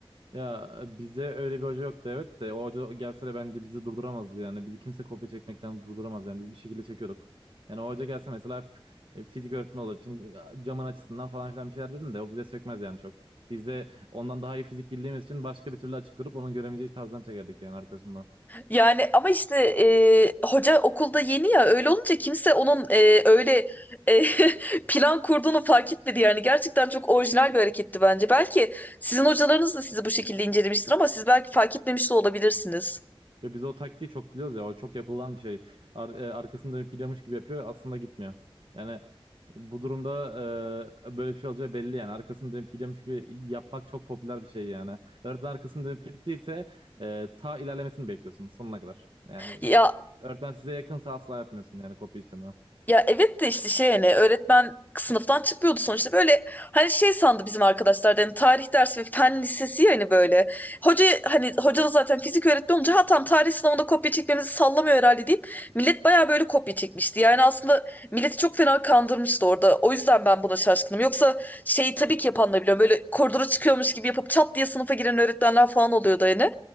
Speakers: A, on the right (about 65°); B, on the left (about 20°).
A: Ya e, bize öyle bir hoca yoktu evet de o hoca gelse de bence bizi durduramazdı yani. Bizi kimse kopya çekmekten durduramaz yani biz bir şekilde çekiyorduk. Yani o hoca gelse mesela f- e, fizik öğretmeni olur için e, camın açısından falan filan bir şeyler dedin de o bize sökmez yani çok. Biz de ondan daha iyi fizik bildiğimiz için başka bir türlü açık kurup onun göremeyeceği tarzdan çekerdik yani arkasından.
B: Yani ama işte e, hoca okulda yeni ya öyle olunca kimse onun e, öyle e, <laughs> plan kurduğunu fark etmedi. Yani gerçekten çok orijinal bir hareketti bence. Belki sizin hocalarınız da sizi bu şekilde incelemiştir ama siz belki fark etmemiş de olabilirsiniz.
A: Ve biz o taktiği çok biliyoruz ya o çok yapılan bir şey. Ar- e, arkasını dönüp gidiyormuş gibi yapıyor aslında gitmiyor. Yani Bu durumda e, böyle bir şey olacağı belli yani. Arkasını dönüp gidiyormuş gibi yapmak çok popüler bir şey yani. Öğretmen arkasını dönüp gittiyse e, ta ilerlemesini bekliyorsun sonuna kadar. Yani
B: Ya
A: öğretmen size yakınsa asla yapmıyorsun yani kopya işini.
B: Ya evet de işte şey hani öğretmen sınıftan çıkmıyordu sonuçta böyle hani şey sandı bizim arkadaşlar da hani tarih dersi ve fen lisesi yani böyle hoca hani hoca da zaten fizik öğretmen olunca ha tam tarih sınavında kopya çekmemizi sallamıyor herhalde deyip millet baya böyle kopya çekmişti yani aslında milleti çok fena kandırmıştı orada o yüzden ben buna şaşkınım yoksa şeyi tabii ki yapan da biliyorum böyle koridora çıkıyormuş gibi yapıp çat diye sınıfa giren öğretmenler falan oluyordu yani